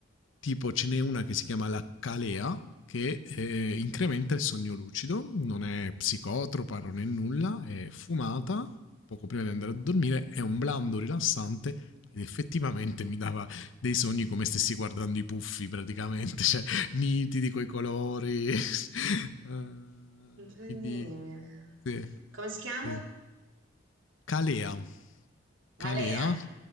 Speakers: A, on the left (about 80°); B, on the right (about 80°).
A: tipo ce n'è una che si chiama la calea, che eh, incrementa il sogno lucido, non è psicotropa, non è nulla, è fumata poco prima di andare a dormire, è un blando rilassante ed effettivamente mi dava dei sogni come stessi guardando i puffi praticamente, cioè nitidi coi colori. <laughs> Eh,
B: Incredibile.
A: quindi sì,
B: Come si chiama?
A: sì. Calea. Calea.
B: Alea?